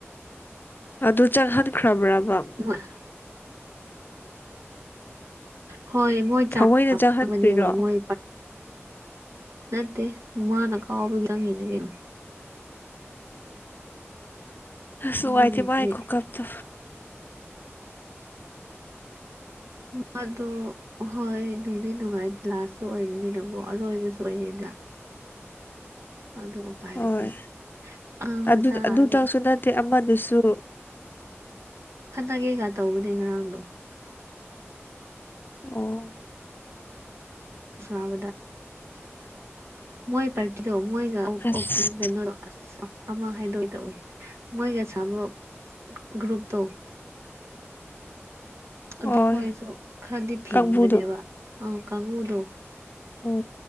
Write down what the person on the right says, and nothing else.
<unintelligible> ꯍꯣꯏ ꯃꯣꯏ ꯆꯥꯕꯅꯦꯕ
ꯃꯣꯏ ꯅꯠꯇ ꯃꯥꯅ ꯀꯥꯎꯕꯥ ꯌꯥꯡꯉꯤꯅꯤ ꯀꯣ
ꯑꯗꯨꯕꯨꯗꯤ
ꯃꯗꯨ ꯑꯍꯣꯏ ꯅꯨꯡꯗꯤ ꯅꯨꯡꯉꯥꯏ ꯂꯥꯁꯁꯨ ꯑꯣꯏꯕꯅꯤꯅꯀꯣ ꯑꯔꯣꯏꯕꯁꯨ ꯑꯣꯏꯌꯦꯗ ꯑꯗꯨ ꯎꯄꯥꯏ
ꯂꯩꯇꯦ ꯑꯉꯥꯡ
ꯃꯆꯥ
ꯑꯅꯤ
ꯈꯠꯅꯒꯦꯒ ꯇꯧꯕꯅꯦ ꯉꯔꯥꯡꯗꯣ
ꯁꯟꯅꯕꯗ ꯃꯣꯏ ꯄꯔꯇꯤꯗꯣ ꯃꯣꯏꯒ
<unintelligible> ꯑꯁ ꯑꯃ ꯍꯥꯏꯗꯣꯏ ꯇꯧꯋꯦ ꯃꯣꯏꯒꯁꯥꯃꯛ ꯒ꯭ꯔꯨꯞꯇꯣ ꯑꯗꯨꯈꯣꯏꯁꯨ
ꯈꯔꯗꯤ ꯐꯤꯡꯕꯅꯦꯕ
ꯑ ꯀꯥꯡꯉꯨꯗꯣ